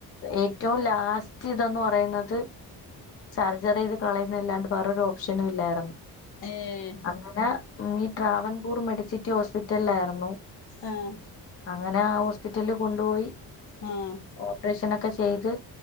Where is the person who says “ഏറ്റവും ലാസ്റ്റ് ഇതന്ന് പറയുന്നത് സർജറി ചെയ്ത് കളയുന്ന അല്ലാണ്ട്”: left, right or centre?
Left